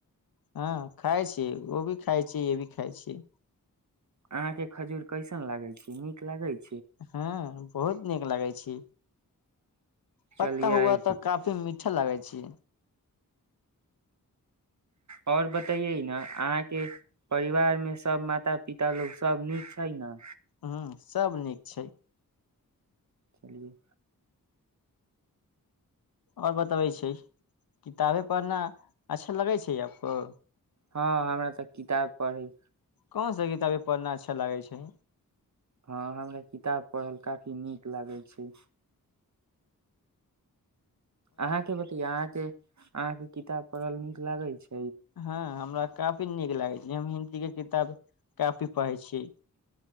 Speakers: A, on the left; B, on the right.
A: हँ खाइ छीय एगो ओ भी खाइ छी य भी खाइ छी
B: अहां के खजूर कैसन लागे छै नीक लागे छै
A: हँ बहुत नीक लागै छी पक्का
B: चलिये
A: हुआ तऽ काफी मीठा लागै छै
B: ओर बतैे ने अहाँके परिवार मे सब माता पिता लोग सब नीक छै ने
A: ह सब नीक छै
B: चलियए
A: आओर बतबै छै किताबे पढ़ना अच्छा लगै छै आपको
B: हँ हमरा तऽ किताब पढ़ै
A: कोन स किताबे पढ़ना अच्छा लागे छै
B: हँ हमरा किताब पढ़ल काफी नीक लागैत छै अहाँके बतैयए अहाँ जे अहाँके किताब पड़ल नीक लागै छै
A: हँ हमरा काफी नीक लागैत छै हम हि कि किताब कापी पढ़ै छियै